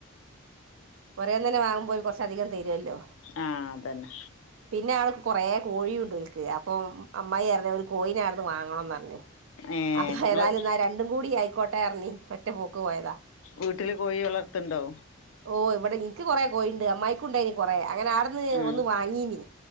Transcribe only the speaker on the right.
പുരേന്നന്നെ വാങ്ങുമ്പോ കൊറച്ച് അധികം തരുല്ലോ
പിന്നെ ആൾക്ക് കുറേ കോഴി ഉണ്ട് എക്ക് അപ്പം അമ്മായി പറഞ്ഞ ഒരു കോയിന ആണന്ന് വാങ്ങണംന്ന്
അത
ഏതായാലും എന്നാ രണ്ടും കൂടി ആയിക്കോട്ടെ ഇറങ്ങി ഒറ്റ പോക്ക് പോയതാ
ഓ ഇവിടെ ഇൻക്ക് കൊറേ കോഴിണ്ട് അമ്മായി ക്കുംണ്ടായി നി കൊറെ അങ്ങനെ അവിടുന്ന്
ഒന്ന് വാങ്ങീ നി